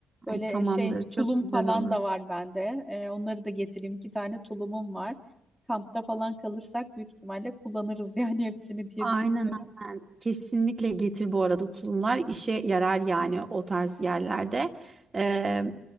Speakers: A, in the centre; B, on the right.
A: Böyle
B: Ay tamamdır
A: şey
B: çok
A: tulum
B: güzel
A: falan
B: olur.
A: da var bende. Ee, onları da getireyim. İki tane tulumum var. Kampta falan kalırsak büyük ihtimalle kullanırız <laughs> yani hepsini diye
B: Aynen
A: düşünüyorum.
B: aynen. Kesinlikle getir bu arada tulumlar işe yarar yani o tarz yerlerde. Ee,